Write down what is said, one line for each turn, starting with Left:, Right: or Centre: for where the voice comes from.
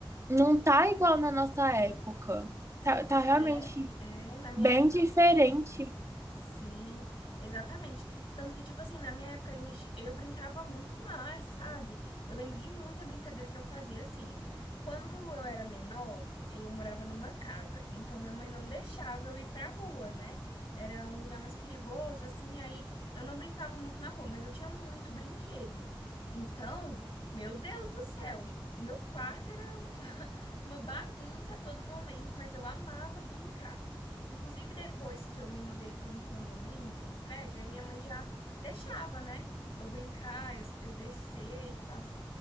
Right: não tá igual na nossa época.
Left: sim,
Right: Tá, tá
Left: na minha
Right: realmente
Left: época, é, na minha
Right: bem
Left: época
Right: diferente.
Left: não tinha. Sim, exatamente. Tanto que, tipo assim, na minha época, a gente, eu brincava muito mais, sabe? Eu lembro de muita brincadeira que eu fazia assim. Quando eu era menor, eu morava numa casa, então minha mãe não deixava eu ir pra rua, né? Era um lugar mais perigoso, assim, aí eu não brincava muito na rua, mas eu tinha muito brinquedo. Então, meu Deus do céu, meu quarto era um- <laughs> uma bagunça a todo momento, mas eu amava brincar. Inclusive, depois que eu me mudei para um condomínio, para um prédio, aí minha mãe já deixava, né? Eu brincar, eu, eu descer e tal.